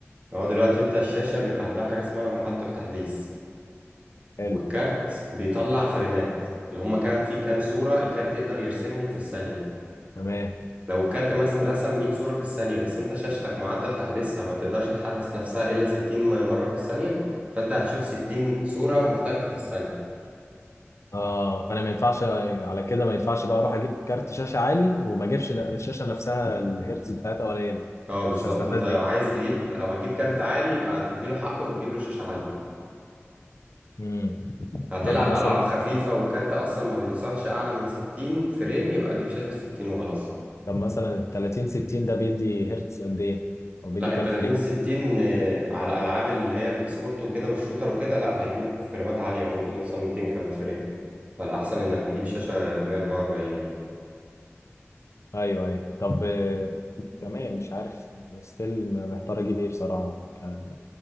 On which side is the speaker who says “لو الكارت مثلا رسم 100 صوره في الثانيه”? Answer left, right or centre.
Right